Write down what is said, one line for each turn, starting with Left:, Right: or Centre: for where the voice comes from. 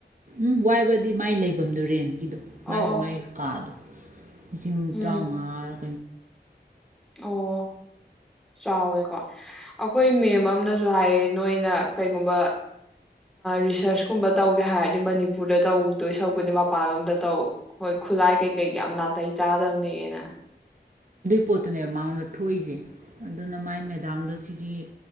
Right: ꯎꯝ ꯋꯥꯏꯕꯗꯤ ꯃꯥꯏ ꯂꯩꯐꯝꯗꯨꯔꯦꯟ ꯗꯣ
Centre: ꯑꯣ ꯑꯣ
Right: ꯃꯥꯏ ꯀꯥꯗꯣ ꯂꯤꯁꯤꯡ
Centre: ꯎꯝ
Right: ꯇꯔꯥꯎꯉꯥ
Centre: ꯑꯣ ꯆꯥꯎꯋꯦꯀꯣ ꯑꯩꯈꯣꯏ ꯃꯦꯝ ꯑꯅꯁꯨ ꯍꯥꯏꯌꯦ ꯅꯣꯏꯅ ꯀꯩꯒꯨꯝꯕ ꯔꯤꯁꯔꯁ ꯀꯨꯝꯕ ꯇꯧꯒꯦ ꯍꯥꯏꯔꯗꯤ ꯃꯅꯤꯄꯨꯔꯗ ꯇꯧꯗꯣꯏ ꯁꯔꯨꯛꯄꯨꯗꯤ ꯃꯄꯥꯟꯂꯣꯝꯗ ꯇꯧ ꯍꯣꯏ ꯈꯨꯠꯂꯥꯏ ꯀꯩ ꯀꯩ ꯀ ꯌꯥꯝ ꯅꯥ ꯇꯩ ꯆꯥꯗꯝꯅꯦꯅ
Right: ꯄꯣꯠꯇꯨꯅꯦ ꯃꯉꯣꯟꯗꯥ ꯊꯣꯛꯏꯁꯦ ꯑꯗꯨꯅ ꯃꯥꯏ ꯃꯦ ꯗꯥꯝꯗꯣ ꯁꯤꯒꯤ